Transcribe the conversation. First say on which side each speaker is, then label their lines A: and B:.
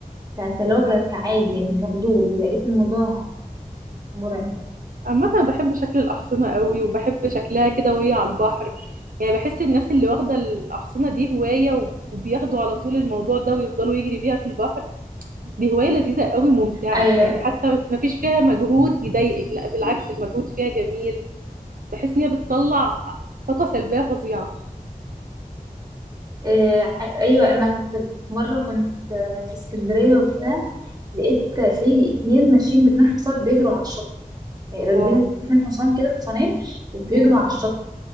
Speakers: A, on the right; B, on the right.
A: ك- كلو ك- كعادي يعني كفضول لقيت الموضوع مرعب
B: عامة أنا بحب شكل الأحصنة قوي وبحب شكلها كده وهي على البحر يعني بحس الناس اللي واخدة الأحصنة دي هواية و- وبياخدوا على طول الموضوع ده ويفضلوا يجري بيها في البحر دي هواية لذيذة قوي ممتعة
A: ايوه
B: يعني حتى ما فيش فيها مجهود يضايقك لا بالعكس المجهود فيها جميل بحس إن هي بتطلع طاقة سلبية فظيعة
A: آه، ايوه انا كنت في مره كنت آه، في اسكندريه وبتاع لقيت في اتنين ماشيين باتنين حصان بيجروا على الشط يعني راكبين
B: واو
A: اتنين حصان كده حصانين وبيجروا
B: امم
A: على الشط